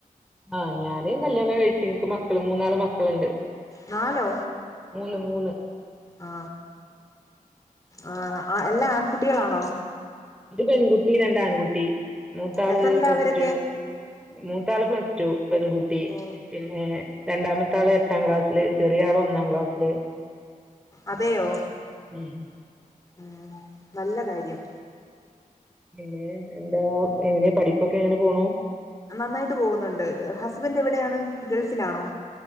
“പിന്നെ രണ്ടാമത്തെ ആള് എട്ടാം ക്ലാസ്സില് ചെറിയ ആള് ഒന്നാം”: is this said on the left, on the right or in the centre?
Centre